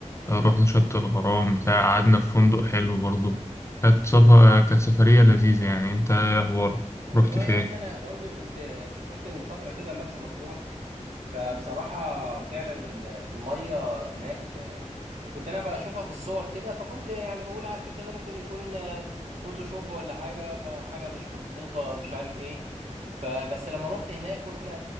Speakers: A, on the left; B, on the right.
A: آه، رحنا شط الغرام بتاع قعدنا في فندق حلو برضه كانت سفر كانت سفرية لذيذة يعني أنت إيه أخبارك
B: والله
A: رحت فين؟
B: يا اخي انا برضو كنت سافرت من فتره كده مرسى مطروح فبصراحة فعلا ال- المية هناك آه، كنت أنا بشوفها في الصور كده فكنت يعني بقول على فكرة ده ممكن يكون آه، فوتوشوب ولا حاجة ما- حاجة مش مظبوطة مش عارف إيه فبس لما روحت هناك وإحنا